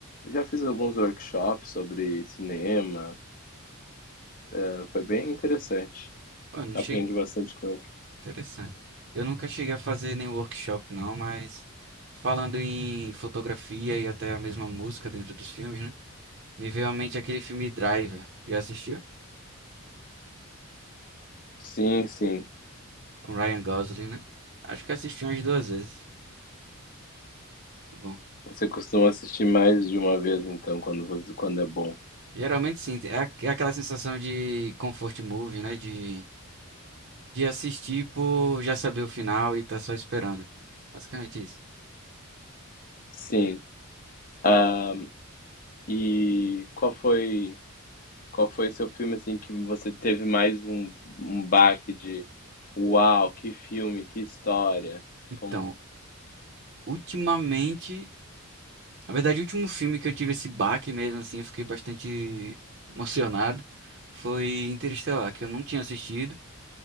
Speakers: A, on the left; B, on the right.
A: já fiz alguns workshops sobre cinema, eh, foi bem interessante.
B: Pô, eu não
A: Aprendi
B: cheguei.
A: bastante coisa.
B: Interessante. Eu nunca cheguei a fazer nenhum workshop, não, mas falando em fotografia e até a mesma música dentro dos filmes, né? Me veio à mente aquele filme Driver. Já assistiu?
A: Sim, sim.
B: Com Ryan Gosling, né? Acho que assisti umas duas vezes. Muito bom.
A: Você costuma assistir mais de uma vez, então, quando você, quando é bom.
B: Geralmente sim, é aqu- é aquela sensação de comfort movie, né? De, de assistir por já saber o final e tá só esperando. Basicamente isso.
A: Sim. Ah, e qual foi Qual foi o seu filme assim que você teve mais um, um baque de uau, que filme, que história?
B: Então,
A: Como
B: Ultimamente, na verdade, o último filme que eu tive esse baque mesmo, assim, eu fiquei bastante emocionado, foi Interestelar, que eu não tinha assistido.